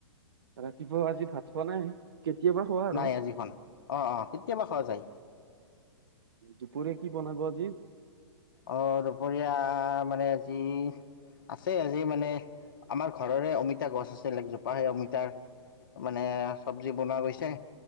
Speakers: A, on the right; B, on the left.
A: ৰাতিপুৱাও আজি ভাত খোৱা নাই? কেতিয়াবা খোৱা আৰু।
B: নাই আজি খাও নাই অ অ কেতিয়াবা খাওআ জায়।
A: দুপৰীয়া কি বনাব আজি?
B: অ দুপৰীয়া মানে আজি আছে আজি মানে আমাৰ ঘৰৰে অমিতা গছ আছে এজোপা সেই অমিতাৰ মানে চব্জি বনোৱা গৈছে